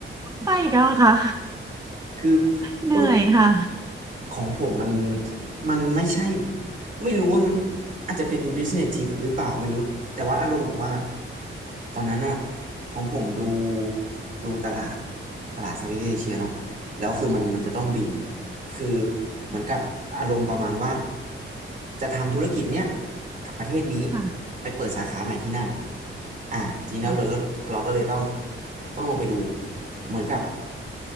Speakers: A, on the right; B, on the right.
A: ไปอีกแล้วอะค่ะ
B: คือ
A: เหนื่อยค่ะ
B: ต้อง ของผมมันมันไม่ใช่ไม่รู้ว่ามันอาจจะเป็น business tip หรือเปล่าไม่รู้แต่ว่าอารมณ์แบบว่าตอนนั้นอะของผมดูดูตลาดตลาดเซาท์อีสต์เอเชียเนาะแล้วคือมันมันจะต้องบินคือเหมือนกับอารมณ์ประมาณว่าจะทำธุรกิจเนี้ยกับประเทศนี้
A: ค่ะ
B: ไปเปิดสาขาใหม่ที่นั่นอ่ะทีนี้เราเลยก็เราก็เลยต้อง
A: ค่ะ
B: ต้องลงไปดูเหมือนกับ